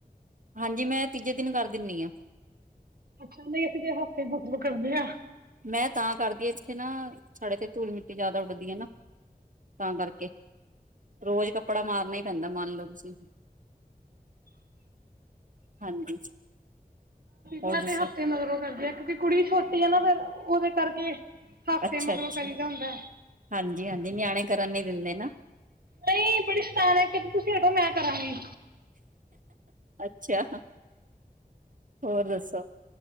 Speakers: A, on the right; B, on the right.
A: ਹਾਂਜੀ। ਮੈਂ ਤੀਜੇ ਦਿਨ ਕਰ ਦਿੰਦੀ ਹਾਂ।
B: ਅੱਛਾ। ਨਹੀਂ ਅਸੀਂ ਤੇ ਹਫ਼ਤੇ ਬੁਕ ਬੁਕਰਦੇ ਹਾਂ।
A: ਮੈਂ ਤਾਂ ਕਰਦੀ ਆ ਇੱਥੇ ਨਾ, ਸਾਡੇ ਇਥੇ ਧੂਲ ਮਿੱਟੀ ਜ਼ਿਆਦਾ ਉੱਡਦੀ ਆ, ਨਾ ਤਾਂ ਕਰਕੇ ਰੋਜ਼ ਕੱ ਕੱਪੜਾ ਮਾਰਨਾ ਹੀ ਪੈਂਦਾ ਮੰਨ ਲਓ, ਤੁਸੀਂ। ਹਾਂਜੀ ਹੋਰ
B: ਮੈਂ,
A: ਦੱਸੋ?
B: ਤੇ ਹਫ਼ਤੇ ਮਗਰੋਂ ਕਰਦੀ ਹ ਕਿਉਂਕਿ ਕੁੜੀ ਛੋਟੀ ਆ ਨਾ, ਫਿਰ ਉਹਦੇ, ਕਰਕੇ। ਹਫ਼ਤੇ
A: ਅੱਛਾ-ਅੱਛਾ,
B: ਮਗਰੋਂ ਕਰੀ ਦਾ ਹੁੰਦਾ,
A: ਹਾਂਜੀ-ਹਾਂਜੀ ਨਿਆਣੇ ਕਰਨ ਨੀ ਦਿੰਦੇ ਨਾ,
B: ਨਹੀਂ ਬੜੀ ਸ਼ਤਾਨ ਕ ਤੁਸੀਂ ਹਡੋ ਮੈਂ ਕਰਾਂਗੀ।
A: ਅੱਛਾ। ਹੋਰ, ਦੱਸੋ?